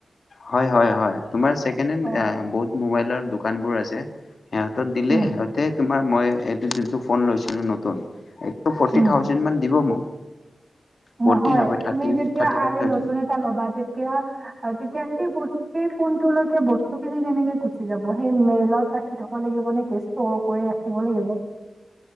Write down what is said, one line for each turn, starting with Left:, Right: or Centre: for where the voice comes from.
Left: হয় হয় হয় তোমাৰ ছেকেণ্ডহেন
Right: অ
Left: বহুত মোবাইল দোকান দোকানবোৰ আছে সিহঁতক দিলে
Right: উম,
Left: সিহঁতে তোমাৰ মই এইটো যোনটো ফোন লৈছিলো নতুন এইটো ফৰ্টি
Right: উম।
Left: থাউজেণ্ড মান দিব মোক ফৰ্টি
Right: নহয় তুমি
Left: থাৰ্টি
Right: যেতিয়া
Left: থাৰ্টি ফাইভ
Right: আৰু
Left: থাউজেণ্ড
Right: নতুন এটা ল'বা তেতিয়া তেতিয়া সেই বস্তু সেই ফোনটোলৈকে বস্তুখিনি কেনেকে গুচি যাব সেই মেইলত ৰাখি থব লাগিব নে কেৰ কৰি ৰাখিব লাগিব